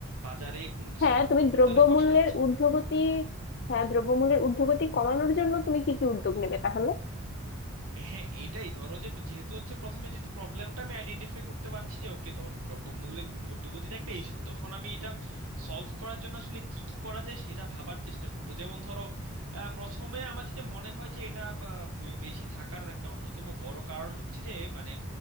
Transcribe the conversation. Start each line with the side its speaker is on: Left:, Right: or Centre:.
Right: বাজারে কোনো কিছু
Left: হ্যাঁ
Right: এফোর্ড
Left: তুমি
Right: করতে
Left: দ্রব্যমূল্যের
Right: অনেক কষ্ট হচ্ছে
Left: ঊর্ধ্বগতি হ্যাঁ দ্রব্যমূল্যের ঊর্ধ্বগতি কমানোর জন্য তুমি কি কি উদ্যোগ নেবে তাহলে
Right: হ্যাঁ এইটাই ধরো যে যেহেতু হচ্ছে প্রথমে যেহেতু প্রবলেমটা আমি আইডেন্টিফাই করতে পারছি যে ওকে ধর দ্রব্যমূল্যের মূ- ঊর্ধ্বগতিটা একটা ইস্যু তখন আমি এটা সলভ করার জন্য আসলে কি কি করা যায় সেটা ভাবার চেষ্টা করব যেমন ধরো আহ, প্রথমে আমার যেটা মনে হয় যে এটা বা, বে- বেশি থাকার একটা অন্যতম বড় কারণ হচ্ছে যে মানে